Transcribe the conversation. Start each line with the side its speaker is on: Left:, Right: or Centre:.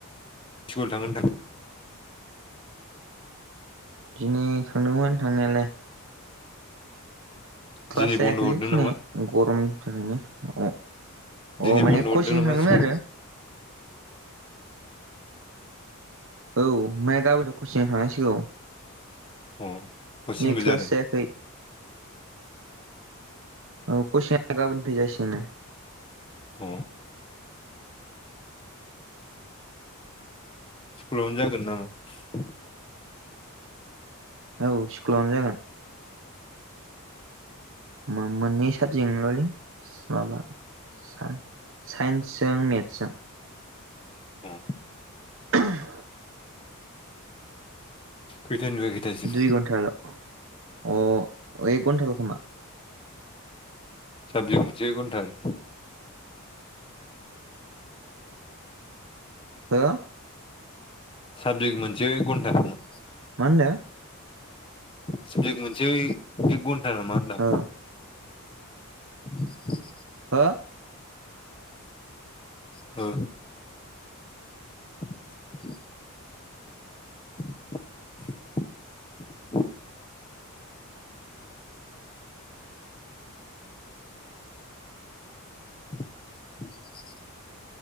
Left: स्कूल थांगोना थाङा
Right: बिदिनो थांदोंमोन थांनायालाय क्लास
Left: दिनै
Right: जायाखैलै
Left: बन्द' हरदों
Right: दिनै
Left: नामा
Right: गरमनि थाखायनो अ
Left: दिनै
Right: माने
Left: बन्द' हरदों
Right: कचिं
Left: नामा
Right: थांदोंमोन
Left: स्कुल
Right: आरो औ माया गाबोनो कचिंआव थांनांसिगौ
Left: अ कचिंबो
Right: दिनै क्लास
Left: जादों
Right: जायाखै औ कचिंआ गाबोननिफ्राय जासिगोननो
Left: अ स्कुलावनो जागोन नामा
Right: औ स्कुलावनो जागोन मोननै साबजेक्ट निल'लै माबा हा साइन्सजों मेथ्सजों
Left: औ
Right: <inaudible>
Left: खैथानिफ्राय खैथासिम
Right: दुइ घन्टाल' अ एक घन्टाल' खोमा
Left: <inaudible>
Right: हो
Left: साबजेक्ट मोनसेआ एकघनटा नामा
Right: मा होन्दों।
Left: साबजेक मोनसेआ एक घण्टा नामा होनदों?
Right: हो
Left: <unintelligible>
Right: हो
Left: औ <unintelligible> <unintelligible> <unintelligible>